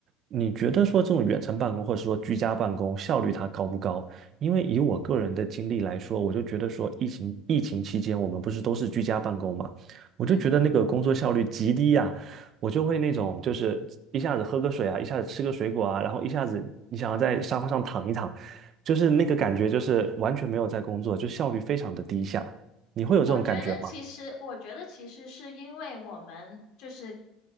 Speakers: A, on the right; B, on the left.
A: 你觉得说这种远程办公或者说居家办公效率它高不高？因为以我个人的经历来说，我就觉得说疫情疫情期间我们不是都是居家办公嘛，我就觉得那个工作效率极低呀、
B: 嗯。
A: 我就会那种就是一下子喝个水啊，一下子吃个水果啊，然后一下子你想要在沙发上躺一躺。就是那个感觉，就是完全没有在工作，就效率非常的低下。你会有这种感觉吗？
B: 我觉得其实，我觉得其实是因为我们就是